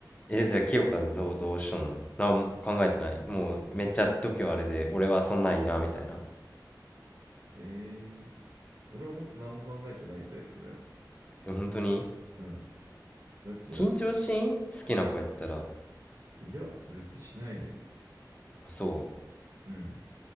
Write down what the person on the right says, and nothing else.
ええ俺は本当何も考えてないタイプだよ。
うん。ガチだも
いや、別にしないね。
うん。